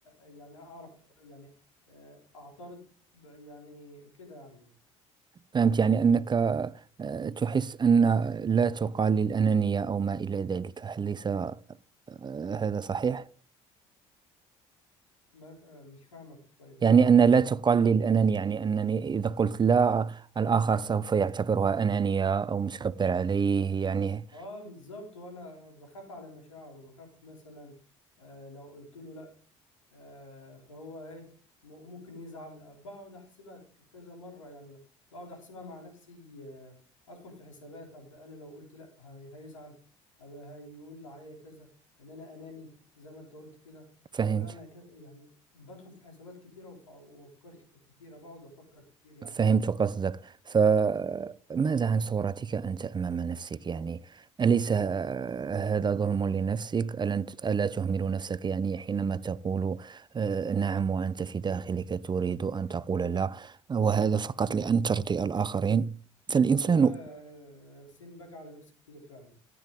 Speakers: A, on the left (about 85°); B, on the right (about 30°).
A: آه، يعني اعرف يعني آه، اعترض ب- يعني كده يعني
B: فهمت يعني أنك آه، تحس أن لا تقال للأنانية أو ما إلى ذلك هل ليس آه، هذا صحيح؟
A: ما- آه، مش فاهمك طيب
B: يعني
A: وضح
B: أن
A: لي
B: لا
A: اكتر
B: تقال للأنانية يعني أنني إذا قلت لا الآخر سوف يعتبرها أنانية أو متكبر عليه يعني
A: اه بالظبط وانا بخاف على مشاعره وبخاف مثلا آه، لو قلت له لا آه، فهو ايه م- ممكن يزعل بقعد احسبها ك- كذا مره يعني ب- بقعد احسبها مع نفسي آه، ادخل في حسابات اب انا لو قلت لا هي- هيزعل اب هيقول عليا كذا ان انا اناني زي ما انت قلت كده
B: فهمت
A: اب انا ك... يعني بدخل في حسابات كتيره وف... وافكار ش- كتيره بقعد افكر كتير يعني
B: فهمت
A: في الموضوع
B: قصدك
A: ده
B: فماذا عن صورتك أنت أمام نفسك يعني أليس آه، هذا ظلم لنفسك ألا أنت- ألا تهمل نفسك يعني حينما تقول آه، نعم وأنت في داخلك تريد أن تقول لا وهذا فقط لأن ترضي الآخرين فالإنسان
A: والله آه، ياسين باجي على نفسي كتير فعلا